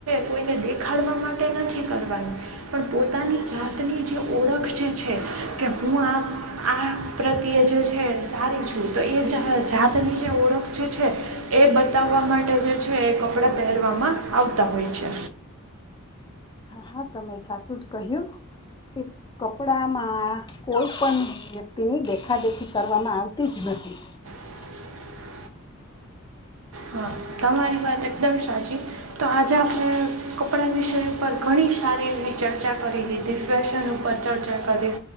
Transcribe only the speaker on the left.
હા હા તમે સાચું જ કહ્યું. કે કપડામાં કોઈ પણ વ્યક્તિની દેખા દેખી કરવામાં આવતી જ નથી. સુી <unintelligible>